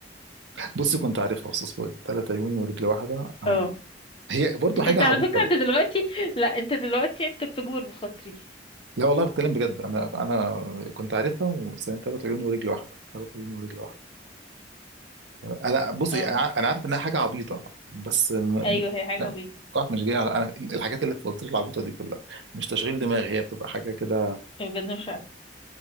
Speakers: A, on the right (about 80°); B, on the left (about 30°).
A: بصي كنت عارفها بس اصبري ثلاث عيون ورجل واحده
B: <laughs>
A: آه.
B: اه
A: هي برضو حاجه
B: انت
A: عبيطه
B: على فكرة انت دلوقتي لا انت دلوقتي انت بتجبر بخاطري
A: لا والله بتكلم بجد انا انا كنت عارفها بس هي ثلاث عيون ورجل واحده ثلاث عيون ورجل واحده انا بصي
B: اه
A: انا ع- أنا عارف انها حاجه عبيطه بس م-
B: ايوه
A: م-
B: هي حاجة بيضة
A: صح مش جايه على انا الحاجات اللي في الفوازير العبيطه دي كلها مش تشغيل دماغ هي بتبقى حاجه كده
B: بجد مش عارفة